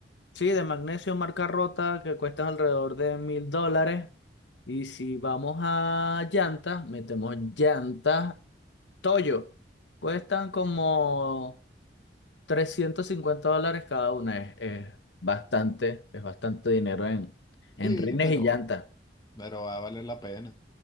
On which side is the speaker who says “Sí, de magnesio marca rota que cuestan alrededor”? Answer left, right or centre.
Left